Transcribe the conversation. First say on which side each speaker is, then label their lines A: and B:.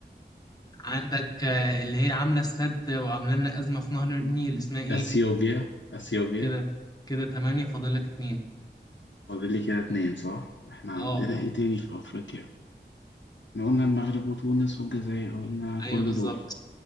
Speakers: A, on the left; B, on the left.
A: عندك آه، اللي هي عاملة السد وعاملة لنا أزمة في نهر النيل اسمها إيه
B: اثيوبيا اثيوبيا
A: كده كده تمانية فاضل لك اتنين
B: فاضل لي كده اتنين صح احنا عندنا
A: أه
B: ايه تاني في افريقيا احنا قلنا المغرب وتونس والجزائر قلنا كل
A: أيوه بالظبط
B: دول